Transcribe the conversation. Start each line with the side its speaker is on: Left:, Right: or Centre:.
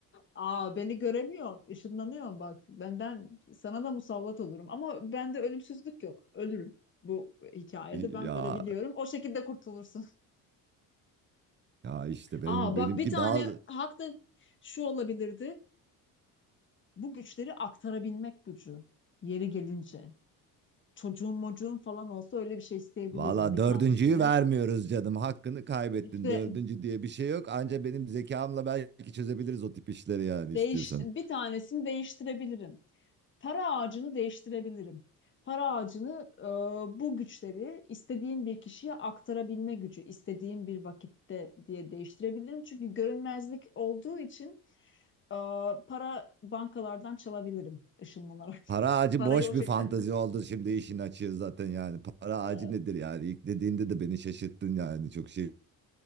Left: Aa beni göremiyorsun. Işınlanıyorsun bak. Benden sana da musallat olurum. Ama bende ölümsüzlük yok. Ölürüm. Bu hikayede
Right: Ya
Left: ben ölebiliyorum. O şekilde kurtulursun.
Right: ya işte
Left: <laughs>
Right: benim
Left: Aa bak
Right: benimki
Left: bir tane
Right: daha
Left: hak da şu olabilirdi. Bu güçleri aktarabilmek gücü. Yeri gelince. Çocuğun mocuğun falan olsa öyle bir şey isteyebilirdim
Right: Valla
Left: bir
Right: dördüncüyü
Left: tanesini.
Right: vermiyoruz canım. Hakkını kaybettin.
Left: İşte
Right: Dördüncü diye bir şey yok. Anca benim zekamla belki çözebiliriz o tip işleri yani
Left: değiş,
Right: istiyorsan.
Left: bir tanesini değiştirebilirim. Para ağacını değiştirebilirim. Para ağacını e, bu güçleri istediğim bir kişiye aktarabilme gücü, istediğim bir vakitte diye değiştirebilirim. Çünkü görünmezlik olduğu için e, para bankalardan çalabilirim ışınlanarak.
Right: Para
Left: <laughs>
Right: ağacı
Left: Parayı
Right: boş
Left: o
Right: bir
Left: şekilde
Right: fantazi oldu. Şimdi işin açığı zaten yani. Para
Left: <laughs>
Right: ağacı nedir
Left: e,
Right: yani? İlk dediğinde de beni şaşırttın yani. Çok şey